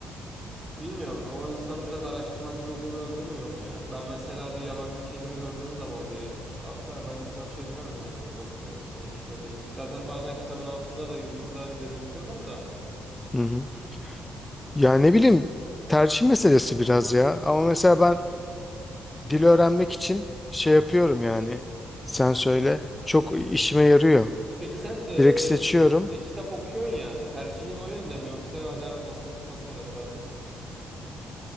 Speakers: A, on the right; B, on the left.
A: Bilmiyorum o insanın biraz araştırmacı ruhunu öldürmüyor mu ya? Ben mesela bir yabancı kelime gördüğüm zaman bir kitapta hemen search ediyorum yani onu bakıyorum. Neymiş ne değilmiş. Zaten bazen kitabın altında da yıldızla belirtiyorlar da.
B: Hı hı.
A: <clears throat>
B: Yani ne bileyim tercih meselesi biraz ya. Ama mesela ben dil öğrenmek için şey yapıyorum yani. Sen söyle. Çok işime yarıyor.
A: Peki sen e, ek-
B: Direkt seçiyorum.
A: e, kitap okuyorsun ya tercihin o yönde mi yoksa hala basılı kitap taraftarı mısın?